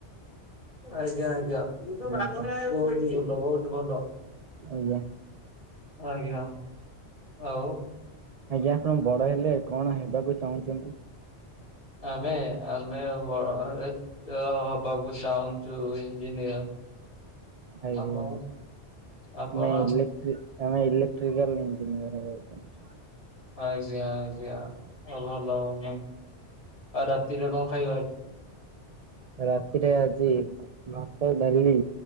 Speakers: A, on the left; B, on the right.
A: ଆଜ୍ଞା ଆଜ୍ଞା। ବହୁତ
B: ଆଜ୍ଞା
A: ଭଲ ବହୁତ ଭଲ।
B: ଆଜ୍ଞା।
A: ଆଜ୍ଞା ଆଉ
B: ଆଜ୍ଞା ଆପଣ ବଡ ହେଲେ କଣ ହେବାକୁ ଚାହୁଁଛନ୍ତି?
A: ଆମେ ଆମେ ବ ହବାକୁ ଚାହୁଁଛୁ ଇଞ୍ଜିନିୟର।
B: ଆଜ୍ଞା
A: ଆପଣ ଆପଣ
B: ନାଇଁ ଇଲେକ୍ଟ୍ରି। ଆମେ ଇଲେକ୍ଟ୍ରିକାଲ୍ ଇଞ୍ଜିନିୟର ହବାକୁ ଚାହୁଁଚୁ।
A: ଆଜ୍ଞା ଆଜ୍ଞା ଆଉ ଭଲ ହ ଆଉ ରାତିରେ କଣ ଖାଇବା ଆ
B: ରାତିରେ ଆଜି ଭାତ ଡାଲି।